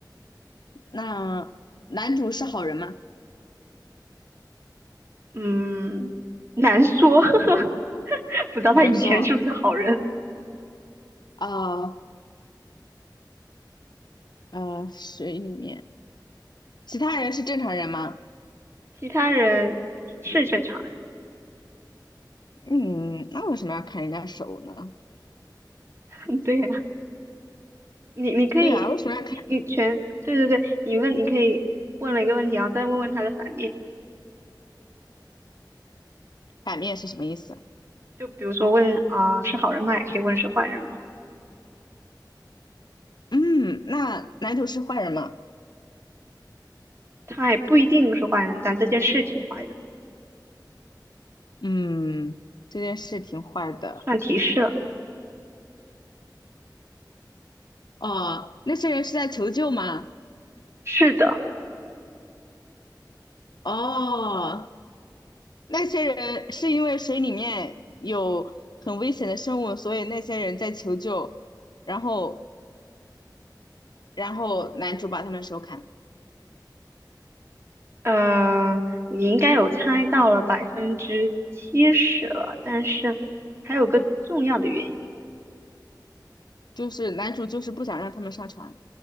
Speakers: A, on the left (about 70°); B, on the right (about 35°).
A: 那男主是好人吗？
B: 嗯，难说，<laughs> 不知道他以前是不是好人，
A: 难说。哦，呃，水里面其他人是正常人吗？
B: 其他人是正常
A: 嗯，那为什么要砍人家手呢？
B: 人，<laughs> 对呀、你你可以，
A: 对呀，为什么要砍
B: 你你全，对对对，你问你可以问了一个问题，然后再问问他的反面，
A: 反面是什么意思？
B: 就比如说问啊、是好人吗？也可以问是坏人吗？
A: 嗯，那男主是坏人吗？
B: 他也不一定是坏人，但这件事挺坏的，
A: 嗯，这件事挺坏的。
B: 算提示了，
A: 哦，那些人是在求救吗？
B: 是的。
A: 哦，那些人是因为水里面有很危险的生物，所以那些人在求救，然后然后男主把他们手砍了，
B: 呃，你应该有猜到了百分之七十了，但是还有个重要的原因。
A: 就是男主就是不想让他们上船。